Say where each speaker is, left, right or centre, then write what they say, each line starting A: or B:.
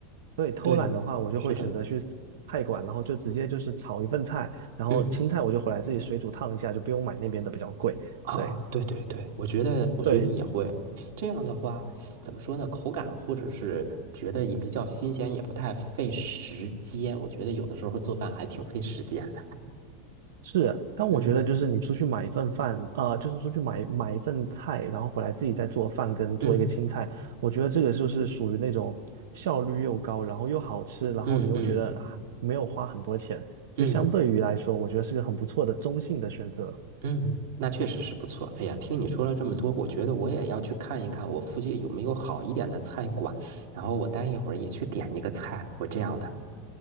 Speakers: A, on the right; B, on the right.
A: 对，偷懒的话，
B: 对，
A: 我就会选择去菜馆，
B: 是的。
A: 然后就直接就是炒一份菜，然后青菜我就回来自己水煮烫一下，
B: 嗯。
A: 就不用买那边的比较贵。
B: 啊，
A: 对
B: 对对对，我觉得，我觉得也会这样的话，
A: 对，
B: 怎么说呢？口感或者是觉得也比较新鲜，也不太费时间。我觉得有的时候做饭还挺费时间的。
A: 是，但我觉得就是你出去买一份饭，
B: 嗯
A: 呃，就是出去买买一份菜，然后回来自己再做饭跟做一个青菜，
B: 嗯
A: 我觉得这个就是属于那种效率又高，然后又好吃，然后你又觉得啊没有花很多钱，
B: 嗯嗯
A: 就相对于来说，
B: 嗯
A: 我觉得是个很不错的中性的选择。
B: 嗯，那确实是不错。哎呀，听你说了这么多，我觉得我也要去看一看我附近有没有好一点的菜馆，然后我待一会儿也去点一个菜，我这样的。